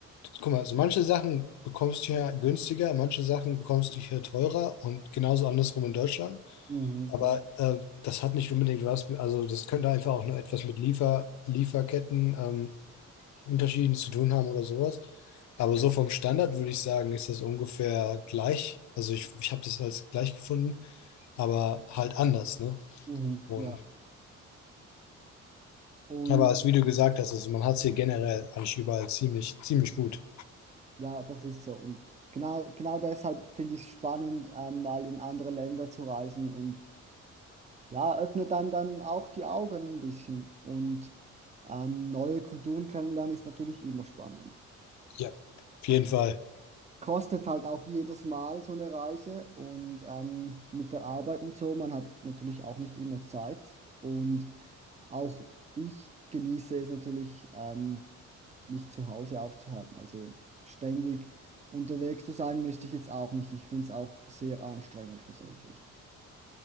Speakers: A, on the left; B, on the right.
A: guck mal, also manche Sachen bekommst du hier günstiger, manche Sachen bekommst du hier teurer und genauso andersrum in Deutschland.
B: mhm,
A: Aber
B: ja,
A: äh, das hat nicht unbedingt was, mit- also das könnte einfach auch nur etwas mit Liefer, Lieferketten, ähm, Unterschieden zu tun haben oder sowas. Aber so vom Standard würde ich sagen, ist das ungefähr gleich. Also ich, ich habe das als gleich gefunden, aber halt anders, ne?
B: mhm,
A: Und
B: ja. Und
A: aber als wie du gesagt hast, also man hat es hier generell eigentlich überall ziemlich, ziemlich gut.
B: ja, das ist so. Und genau, genau deshalb finde ich es spannend, ähm, mal in andere Länder zu reisen und ja, öffnet einem dann auch die Augen ein bisschen. Und ähm, neue Kulturen kennenlernen ist natürlich immer spannend.
A: Ja, auf jeden Fall.
B: kostet halt auch jedes Mal so eine Reise und ähm, mit der Arbeit und so, man hat natürlich auch nicht immer Zeit und auch ich genieße es natürlich, ähm, mich zu Hause aufzuhalten, also ständig unterwegs zu sein, möchte ich jetzt auch nicht. Ich finde es auch sehr anstrengend schlussendlich.